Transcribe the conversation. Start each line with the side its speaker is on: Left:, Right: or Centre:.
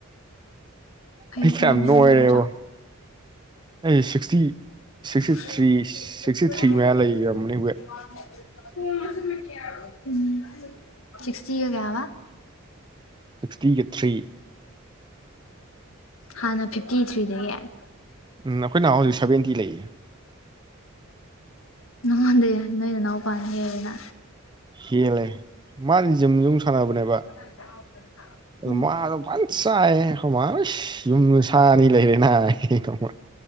Left: ꯐꯩ
Right: ꯄꯤꯁ
Left: ꯐꯩ
Right: ꯌꯥꯝ
Left: ꯃꯌꯥꯝ
Right: ꯅꯣꯏꯔꯦꯕ
Left: ꯃꯌꯥꯝ ꯆꯥꯎ
Right: ꯑꯩ sixty sixty
Left: <unintelligible> <unintelligible> <unintelligible>
Right: three sixty three ꯃꯌꯥ ꯂꯩꯔꯝꯃꯅꯤ ꯋꯦꯠ
Left: ꯁꯤꯛꯁꯇꯤꯒ ꯀꯌꯥꯕ
Right: ꯁꯤꯛꯁꯇꯤꯒꯤ ꯊ꯭ꯔꯤ
Left: ꯍꯥꯟꯅ ꯐꯤꯞꯇꯤ ꯊ꯭ꯔꯤꯗꯒꯤ ꯌꯥꯏ
Right: ꯎꯝ ꯑꯩꯈꯣꯏ ꯅꯍ ꯍꯧꯖꯤꯛ ꯁꯕꯦꯟꯇꯤ ꯂꯩꯌꯦ
Left: ꯅꯉꯉꯣꯟꯗ ꯅꯣꯏꯅ ꯏꯅꯥꯎꯄꯥꯅ ꯍꯌꯦꯅꯤꯅ
Right: ꯍꯦꯂꯦ ꯃꯥꯖꯨꯝꯖꯨꯝ ꯁꯥꯟꯅꯕꯅꯦꯕ
Left: <inaudible> ꯎꯝ
Right: ꯃ ꯄ ꯆꯥꯏ ꯍꯃꯥꯏ ꯌꯨꯝꯗ ꯁꯥꯅꯤ ꯂꯩꯔꯦꯅꯍ ꯀ